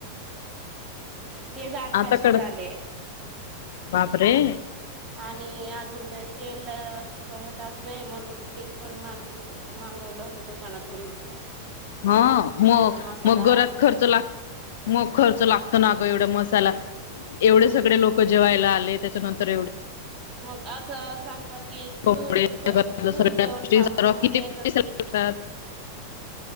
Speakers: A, on the right; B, on the left.
A: तेच अठराशे
B: आता कळत
A: झाले....
B: बापरे....
A: आणि अजून तेल होतच नाही म्हणून तेल पण मागित... तू मगवलं होतं दुकानातूनन...
B: हा मग
A: मसाला
B: मग घरात खर्च लागत.... मग खर्च लागत ना ग एवढ मसायला एवढे
A: हा
B: सगळे लोक जेवायला आले त्याच्यानंतर एवढ...
A: मग असं सांगत की तू
B: कोंबडे सगळ्या
A: तू जेवण
B: गोष्टी
A: पाचते
B: सर्व
A: म्हणे
B: किती पैसे
A: तर तू...
B: लागतात